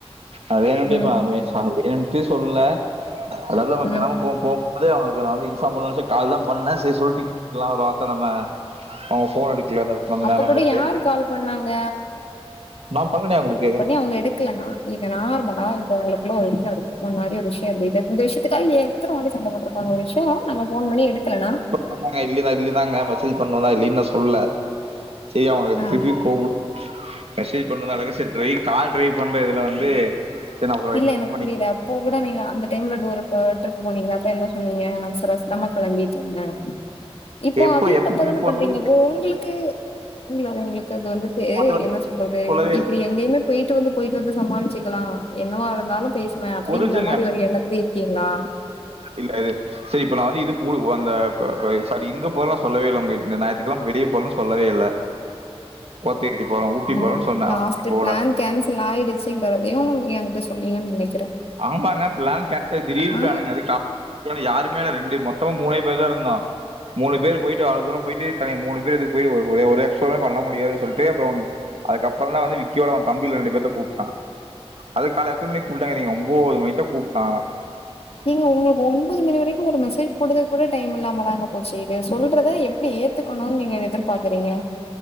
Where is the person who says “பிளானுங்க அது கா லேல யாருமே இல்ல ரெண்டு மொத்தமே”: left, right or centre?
Right